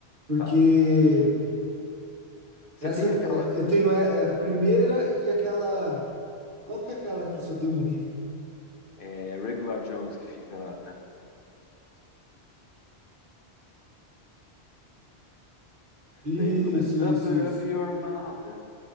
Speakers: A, on the right; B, on the left.
A: Porque
B: tá. Você
A: essa
B: tem aquela...
A: é, eu tenho é, é a primeira e aquela, qual que é aquela que só tem um riff?
B: É, Regular Jones que fica lá.
A: Isso,
B: Daí ele começa
A: isso,
B: Upper
A: isso.
B: Up Your Mouth,